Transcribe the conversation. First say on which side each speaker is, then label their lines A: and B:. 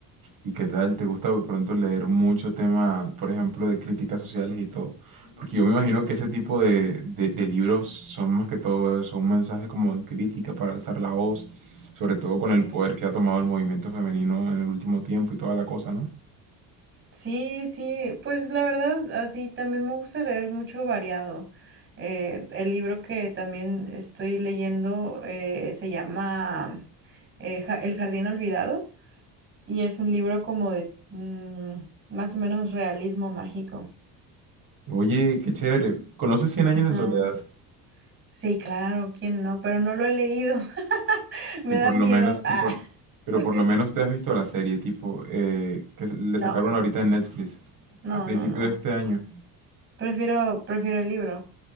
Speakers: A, on the right (about 55°); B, on the right (about 35°).
A: ¿Y qué tal? ¿Te gusta de pronto leer mucho tema, por ejemplo, de críticas sociales y todo? Porque yo me imagino que ese tipo de, de- de libros son más que todo eso, un mensaje como de crítica para alzar la voz, sobre todo
B: Mm,
A: con
B: Sí.
A: el poder que ha tomado el movimiento femenino en el último tiempo y toda la cosa, ¿no?
B: Sí, sí, pues la verdad, así también me gusta leer mucho variado. Eh, el libro que también estoy leyendo eh, se llama eh, Ja- El Jardín Olvidado y es un libro como de mm, más o menos realismo mágico.
A: Oye, qué chévere. ¿Conoces Cien años
B: Ajá.
A: de soledad?
B: Sí, claro, ¿quién no? Pero no lo he leído. <laughs> Me
A: Y por
B: da miedo.
A: lo menos,
B: Ah.
A: y por, pero
B: <laughs>
A: por lo menos te has visto la serie, tipo, eh, que se- le
B: No,
A: sacaron ahorita en Netflix,
B: no,
A: a principio
B: no, no.
A: de este año.
B: Prefiero, prefiero el libro.